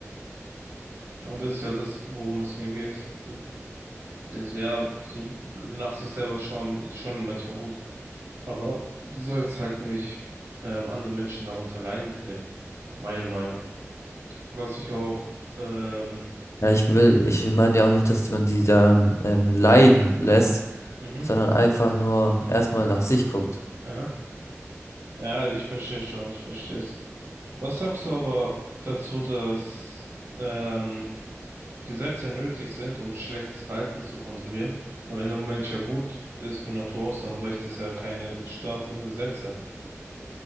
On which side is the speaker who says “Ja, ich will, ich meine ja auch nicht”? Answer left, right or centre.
Left